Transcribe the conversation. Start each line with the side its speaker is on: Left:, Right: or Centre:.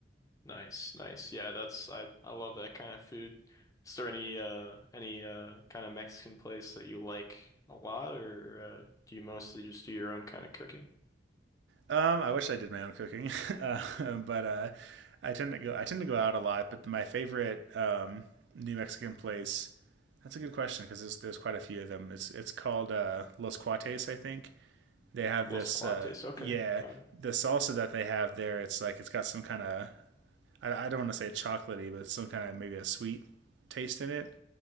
Left: Nice, nice. Yeah, that's I I love that kind of food. Is there any uh any uh kind of Mexican place that you like a lot or uh do you mostly just do your own kind of cooking?
Right: Um, I wish I did my own cooking, <laughs> uh, but uh, I tend to go I tend to go out a lot. But my favorite um, New Mexican place. That's a good question because there's, there's quite a few of them. It's it's called uh, Los Cuates, I think, they have
Left: Los
Right: this
Left: Cuates.
Right: uh,
Left: Okay,
Right: yeah
Left: got it.
Right: the salsa that they have there it's like it's got some kind of I, I don't want to say chocolatey but it's some kind of maybe a sweet taste in it